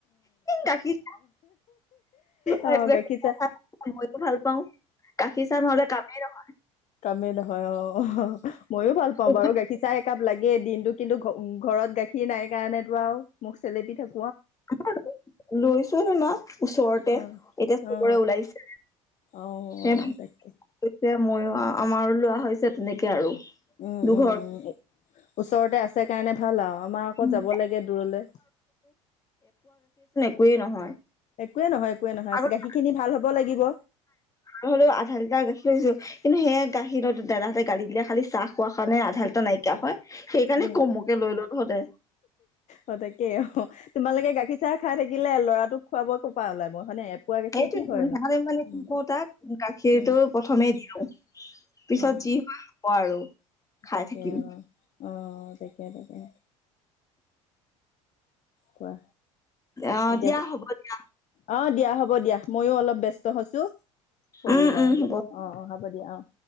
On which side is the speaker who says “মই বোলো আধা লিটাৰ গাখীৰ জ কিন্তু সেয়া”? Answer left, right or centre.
Left